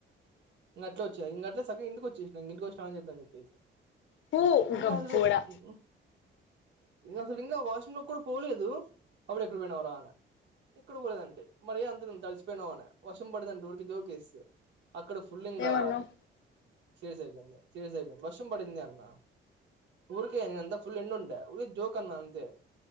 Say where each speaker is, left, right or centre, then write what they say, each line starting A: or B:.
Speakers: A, on the right; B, on the left.
A: ఇంకట్ వచ్చాయి ఇంట్ సగ ఇంటికి వచ్చిన ఇంటి వ చా చేద్దా అని చెప్పేసి
B: పూ
A: ఇకా
B: గబ్బోడా
A: అూ అసలు ఇంకా వాష్రూమ్ లో కూడా పోలేదు అప్పుడ ఎక్కడ పోయినావ రా అ ఎక్కడ పోలేదండి మరి అంత ను తడిసిపోయినావునే వర్షం పడదండి ఊరికి జోకేస్తే ఇక్కడ ఫుల్ంకా
B: ఏమన్నావ్
A: శీ సైపోంది సీ సైపోంది వషం పడింది అన్నా ఊక ఎంతా ఫుల్ ఎ ఉంట జోకన్నా అంతే